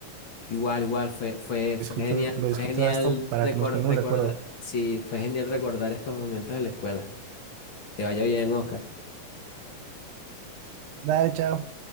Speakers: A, on the left (about 45°); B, on the right (about 90°).
A: Igual, igual, fue, fue,
B: disfruto,
A: fue genial,
B: lo
A: fue
B: disfruté
A: genial
B: hasta para
A: recordar,
B: que nos pongamos
A: recordar,
B: de acuerdo.
A: sí, fue genial recordar estos momentos de la escuela. Te vaya bien, Oscar.
B: Dale, chao.